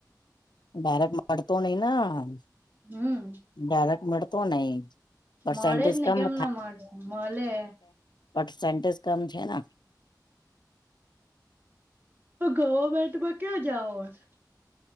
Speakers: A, on the left; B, on the right.
A: બરેક મળતો નઇ ને આમ.
B: હમ
A: ડાયરેક્ મળે? તો નહી. પર્સેન્ટેજ
B: મળે જ ને,
A: કમ
B: કેમ ના મળે? મળે.
A: પટ સેન્ટીસ કમ છે ને.
B: ગવર્મેન્ટમાં ક્યાં જાઓ છો.?